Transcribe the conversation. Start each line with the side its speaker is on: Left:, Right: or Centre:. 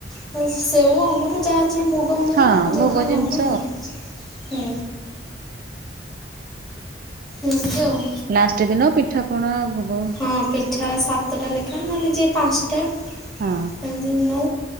Centre: ହଉ ସେଓ ଆଙ୍ଗରୁ ଯାହାଯିଏ ଭୋଗ ମିଳିବ
Right: ହଁ
Centre: ଯିଏ
Right: ଭୋଗ
Centre: ଯାହା
Right: ଜିନିଷ
Centre: ନେବ ଆଉ। ହୁଁ। ଏମିତି ଆଉ।
Right: ଲାଷ୍ଟ ଦିନ ପିଠାପଣା ଭୋଗ।
Centre: ହଁ ପିଠା ସାତଟା ଲେଖା ନହେଲେ ଯିଏ ପାଞ୍ଚଟା।
Right: ହଁ।
Centre: ଏମିତି ନଉ